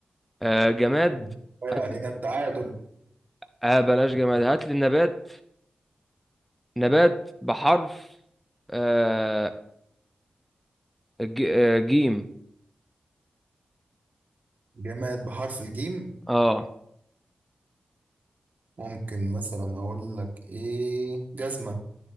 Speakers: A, in the centre; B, on the right.
A: آه جماد
B: يبقى كفاية
A: هات
B: علينا
A: لي
B: التعادل
A: آه بلاش جماد هات لي نبات نبات بحرف آه ج... آه جيم
B: جماد بحرف الجيم
A: اه
B: ممكن مثلا اقول لك ايه جزمه